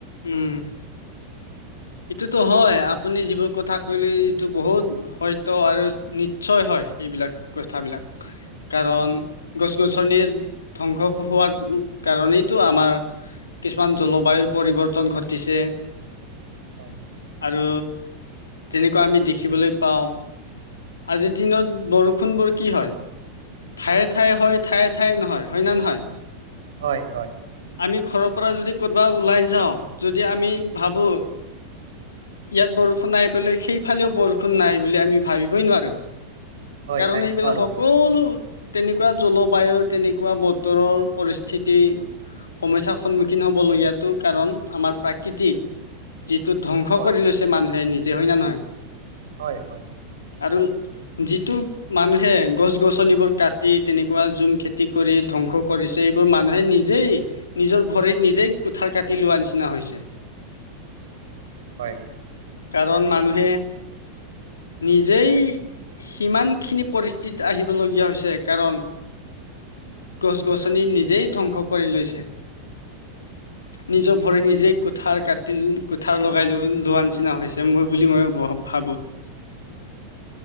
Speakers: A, on the left; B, on the right.
A: উম এইটোতো হয় আ আপুনি যিবোৰ কথা কলে এইটো বহুত সত্য আৰু নিশ্চয় হয় এইবিলাক কথাবিলাক কাৰণ
B: হয়
A: গছ গছনিৰ ধ্বংস হোৱাৰ কাৰণেইটো আমাৰ কিছুমান জলবায়ুৰ পৰিৱৰ্ত টন ঘটিছে
B: হয়
A: আৰু তেনেকুৱা আমি দেখিবলৈ পাওঁ আজিৰ দিনত বৰষুণবোৰ কি হয়। ঠায়ে ঠায়ে হয় ঠায়ে ঠায়ে নহয় হয় ন নহয়
B: হয় হয়।
A: আমি ঘৰৰ পৰা যদি কৰ'বা ওলাই যাওঁ যদি আমি ভাবো ইয়াত বৰষুণ আহাই পেলাই সেইফালেও বৰষুণ নাই বুলি আমি ভাবিবই নোৱাৰো।
B: হয়
A: কাৰণ
B: নাই
A: এইেইবিলাক
B: নোৱাৰো
A: সকলো
B: নোৱাৰো
A: তেনেকুৱা জলবায়ু তেনেকুৱা বতৰৰ পৰিস্থিতি সমস্যাৰ সন্মুখীন হব লগীয়াতো কাৰণ আমাৰ প্ৰাকৃতিক যিটো ধ্বংস
B: হয়
A: কৰি লৈছে মানুহে নিজে হয় না নহয়?
B: হয় হয়
A: আৰু যিটো মানুহে গছ গছনিবোৰ কাটি তেনেকুৱা জুম খেতি কৰি ধ্বংস কৰিছে। এইবোৰ মানুহে নিজেই নিজৰ ভৰিত নিজেই কুঠাৰ কাটি লোৱা নিছ- না হৈছে।
B: হয়
A: কাৰণ মানুহে নিজেই সিমান খিনি পৰিস্থিতিত আহিবলগীয়া হৈছে কাৰণ গছ গছনি নিজেই ধ্বংস কৰি লৈছে নিজৰ ভৰি নিজে
B: হয়
A: কুঠাৰ কাটি তিল কোঠা লগাই লৈ লোৱা নিচিনা হৈছে মই বুলি মই ভাবোঁ।